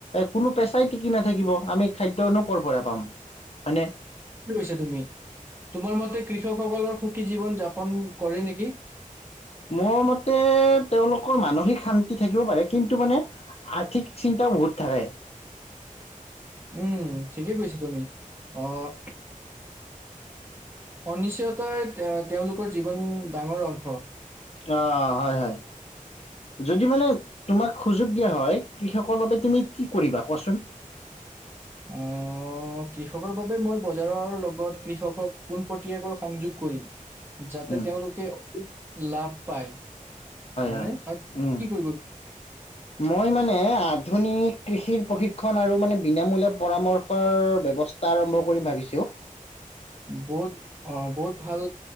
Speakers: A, on the left; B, on the right.
A: কোনো পেচাই টিকি নাথাকিব আমি খাদ্যয়নো কৰ' পৰা পাম হয়নে।
B: কৈছা তুমি তোমাৰ মতে কৃষকসকলৰ সুখী জীৱন যাপন কৰে নেকি?
A: মোৰ মতে তেওঁলোকৰ মানসিক শান্তি থাকিব পাৰে কিন্তু মানে আৰ্থিক চিন্তাও বহুত থাকে।
B: উম ঠিকেই কৈছা তুমি। আহ অনিশ্চয়তাই এ তেওঁলোকৰ জীৱন ডাঙৰ অংশ।
A: অ হয় হয় যদি মানে তোমাক সুযোগ দিয়া হয় কৃষকৰ বাবে তুমি কি কৰিবা কোৱাচোন।
B: আহ কৃষকৰ বাবে মই বজাৰৰ লগত কৃষকক পোনপটীয়াকৈ সংযোগ কৰিম। যাতে
A: উম,
B: তেওঁলোকে অধিক লাভ। পায়। হয়
A: হয়।
B: ন আৰু কি
A: উম,
B: কৰিব বি।
A: মই মানে আধুনিক কৃষিৰ প্ৰশিক্ষণ আৰু মানে বিনামূলীয়া পৰামৰ্শৰ ব্যৱস্থা আৰম্ভ কৰিম ভাবিছোঁ।
B: বহুত অ বহুত ভাল